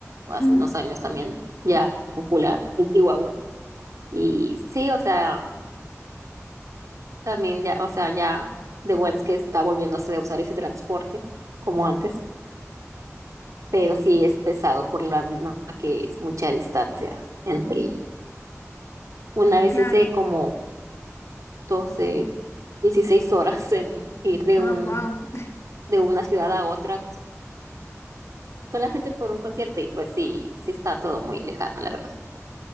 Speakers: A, on the right; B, on the left.
A: hace
B: <laughs>
A: unos años también ya popular en Chihuahua. Y sí, o sea, también ya, o sea, ya de buenas que está volviéndose a usar ese transporte como antes, pero sí es pesado por la misma que es mucha distancia entre. Una vez
B: Claro,
A: hice como 12 16 horas en ir de
B: ah,
A: un
B: wow, <laughs>
A: de una ciudad a otra solamente por un concierto y pues sí, sí está todo muy lejano, la verdad.